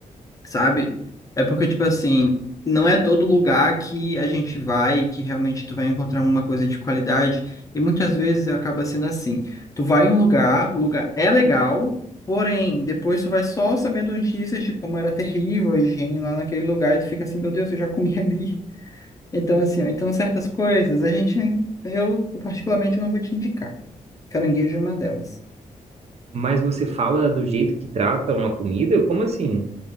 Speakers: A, on the left (about 25°); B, on the right (about 50°).
A: sabe? É porque, tipo assim, não é todo lugar que a gente vai que realmente tu vai encontrar uma coisa de qualidade. E muitas vezes acaba sendo assim. Tu vai em um lugar, o lugar é legal, porém, depois tu vai só sabendo notícias de como era terrível a higiene lá naquele lugar e tu fica assim, meu Deus, eu já comi <laughs> ali. Então, assim, ó, então certas coisas a gente, eu particularmente não vou te indicar. Caranguejo é uma delas.
B: Mas você fala do jeito que tratam a comida? Como assim?